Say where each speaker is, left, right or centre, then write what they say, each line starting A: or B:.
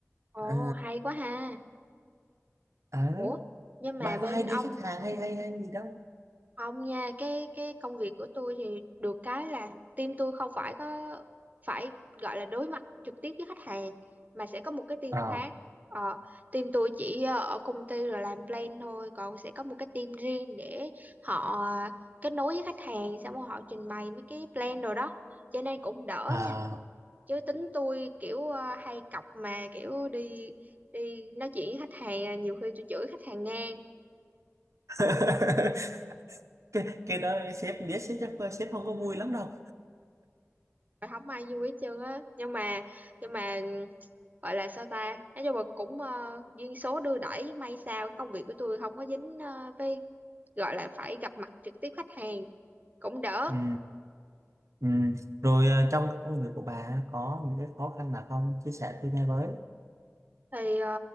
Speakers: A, on the right; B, on the right.
A: Ồ,
B: Ờ,
A: hay quá ha.
B: ờ.
A: Ủa, nhưng mà
B: bà
A: bên
B: có hay đi
A: ông
B: khách hàng hay hay hay gì đâu
A: Không nha, cái cái công việc của tôi thì được cái là team tôi không phải có phải gọi là đối mặt trực tiếp với khách hàng mà sẽ có một cái team
B: à
A: khác. Ờ, team tôi chỉ ờ, ở công ty rồi làm plan thôi, còn sẽ có một cái team riêng để họ kết nối với khách hàng xong rồi họ trình bày mấy cái plan rồi đó. Cho nên cũng đỡ
B: à
A: nha. Chứ tính tôi kiểu ờ, hay cọc mà kiểu đi đi nói chuyện với khách hàng à, nhiều khi tôi chửi khách hàng ngang
B: <laughs> cái, cái đó sếp biết sếp chắc sếp không có vui lắm đâu
A: rồi không ai vui hết trơn á. Nhưng mà nhưng mà gọi là sao ta nói chung là cũng ờ, duyên số đưa đẩy may sao cái công việc của tôi không có dính ờ, với gọi là phải gặp mặt trực tiếp khách hàng cũng đỡ
B: ừ, ừ. ừ. rồi ờ, trong công việc của bà có những cái khó khăn nào không chia sẻ tôi nghe với
A: thì ờ,